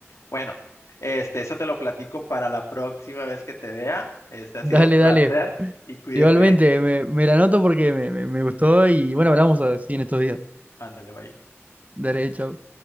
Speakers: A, on the left (about 85°); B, on the right (about 30°).
A: bueno, este, eso te lo platico para la próxima vez que te vea. Este ha
B: Dale,
A: sido un placer
B: dale.
A: y cuídate.
B: Igualmente,
A: ¿eh?
B: me, me la anoto porque me, me, me gustó y bueno, hablamos así en estos días.
A: Ándale, bye.
B: Dale, chao.